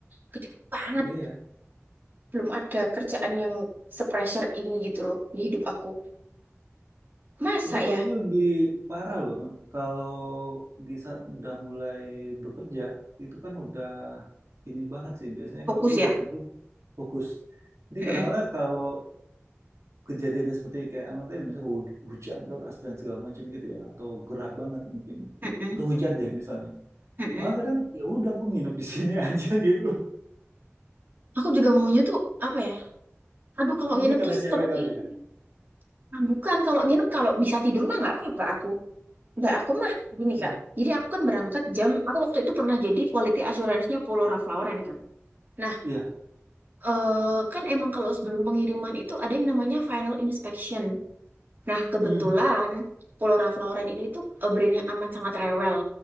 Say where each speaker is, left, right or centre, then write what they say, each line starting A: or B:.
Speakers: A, on the right; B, on the right.
A: gede banget.
B: iya.
A: Belum ada kerjaan yang se-pressure ini gitu loh di hidup aku. Masa
B: Tapi
A: ya?
B: kalau gue lebih parah loh, Bang. Kalau di saat udah mulai bekerja, itu kan udah ini banget sih. Biasanya
A: Fokus
B: kalau gue
A: ya?
B: lebih cenderung fokus. Jadi
A: Mm-mm,
B: kadang-kadang kalau kejadiannya seperti kayak amal tadi, misalnya hu- hujan deras dan segala macam gitu ya, atau gerah banget mungkin,
A: mm-mm,
B: atau hujan deh misalnya.
A: mm-mm.
B: Malah kadang ya udah gue nginep di sini <laughs> aja gitu.
A: Aku juga maunya tuh apa ya? Aduh kalau
B: Mungkin
A: nginep
B: karena
A: tuh stop
B: cewek kali
A: ini.
B: ya.
A: Ah, bukan kalau nginep kalau bisa tidur mah nggak apa-apa aku. Nggak aku mah gini
B: Hmm.
A: Kak. Jadi aku kan berangkat jam aku waktu itu pernah jadi quality assurance-nya Polora Flauran kan. Nah,
B: Iya.
A: eh, kan emang kalau sebelum pengiriman itu ada yang namanya final inspection. Nah, kebetulan
B: Hmm.
A: Pulau Flora Lauren ini tuh eh, brand yang amat sangat rewel.